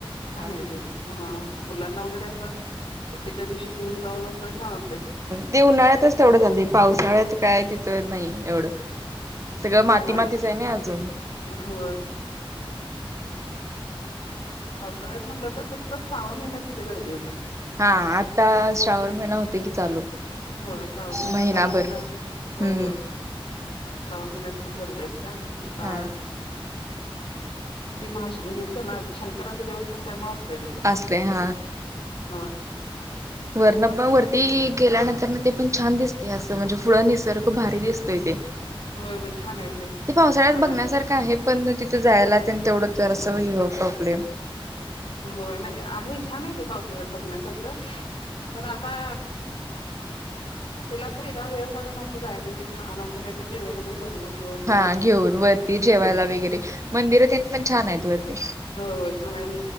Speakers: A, on the left (about 65°); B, on the right (about 30°).
A: छान
B: हा
A: आहे.
B: हा
A: ते. हा.. मुलांना वैगैरे असं सुट्टीच्या दिवशी घेऊन जाऊन असं. छान वाटतय.
B: ती उन्हाळ्यातच तेवढं जाती पावसाळ्यात काय तिथं नाही एवढं. सगळं माती
A: नाही
B: -मातीच
A: ते
B: आहे नाय. अजून.
A: होय.. पावसाळ्यात म्हटलं तर फक्त श्रावन महिन्यात तिथे गर्दी होत्या..
B: हा आता... श्रावण महिना होतोय की चालू..
A: होय श्रावण महिना
B: महिनाभर
A: चालू झाल्यावर हो..
B: हम्म
A: होय. श्रावण महिन्यात खूप गर्दी असत्या... आता..
B: हा
A: ते.. महा.. हेच ना... शंकराचं देवस्थान त्यामुळे.. अस..
B: असले हा
A: <inaudible> होय..
B: वरण पण वरती.... गेल्या नंतर न.. ते पण छान दिसते असं म्हणजे फुळ निसर्ग भारी दिसतोय ते. ह
A: होय होय छान आहे
B: ते पावसाळ्यात
A: आलं
B: बघण्यासारखं- काय पण तिथं जायला त्यां तेवढं तर असं वई प्रॉब्लेम.
A: होय नाही आहे छान आहे ते पावसाळ्यात बघण्यासारखं पण आता त्याला अस वेगळा वेळ काढून असं जाय पाहिजे छान असं काही तर जेवण वगैरे बणवून घेऊन. तेन
B: हा घेऊन वरती
A: असं हम्म
B: जेवायला वगैरे मंदिर त्यांनी पण छान आहेत वरती.
A: हो होय छान आहे आणि